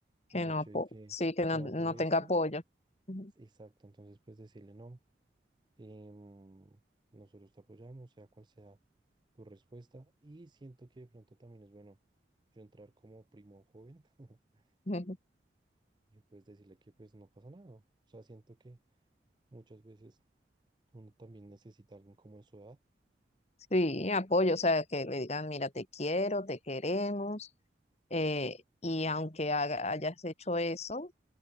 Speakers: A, on the left; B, on the right.
A: que
B: El
A: no,
B: hecho
A: apo-
B: de que
A: sí, que no,
B: yo
A: no
B: hago esto,
A: tenga apoyo. Ujú.
B: exacto. Entonces, pues decirle, no, em, nosotros te apoyamos, sea cual sea tu respuesta y siento que de pronto también es bueno yo entrar como primo joven <laughs>
A: <laughs>
B: y pues decirle que pues no pasa nada. O sea, siento que muchas veces uno también necesita a alguien como de su edad.
A: Sí, apoyo, o sea, que le digan, mira, te quiero, te queremos, eh, y aunque haga- hayas hecho eso,